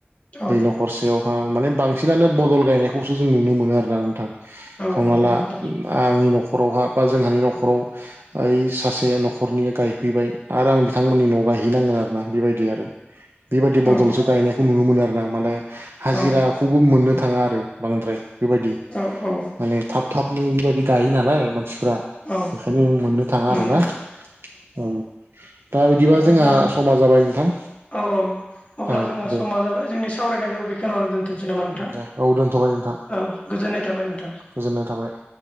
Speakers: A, on the left; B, on the right.
A: औ
B: बै न'खरसेयावहा माने बांसिनानो बदल गायनायखौसो जों नुनो मोनो आरोना नोंथां।
A: औ
B: हमना
A: नंगौ
B: ला
A: नोंथां
B: आंनि न'खरावहा बा जोंहानि न'खराव ओइ सासे न'खरनिया गायफैबाय आरो आं बिथांमोननि न'आव गायहैनांगोन आरोना बेबायदि आरो बेबायदि बदलसो
A: औ
B: गायनायखौ नुनो मोनो आरो ना माने हाजिराखौबो
A: औ
B: मोननो थां, थाङा आरो बांद्राय बेबायदि।
A: औ औ
B: माने थाब-थाबनो बेबायदि गायो नालाय मानसिफ्रा
A: औ
B: बेखायनो मोननो थाङा
A: नंगौ
B: आरो ना? औ दा बिदिबा जोंहा
A: अब्ला
B: समा जाबाय नोंथां।
A: औ औ अब्ला
B: औ
A: जोंहा
B: दे
A: समा जाबाय जोंनि सावरायनायखौ बेखिनियावनो दोनथोंनोसै नामा नोंथां?
B: दे औ दोनथ'बाय नोंथां
A: औ गोजोननाय
B: <inaudible>
A: थाबाय नोंथां
B: गोजोननाय थाबाय।